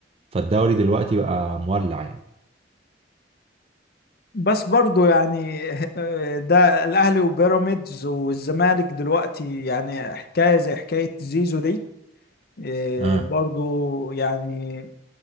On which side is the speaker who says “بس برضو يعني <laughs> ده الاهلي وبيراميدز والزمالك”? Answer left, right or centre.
Left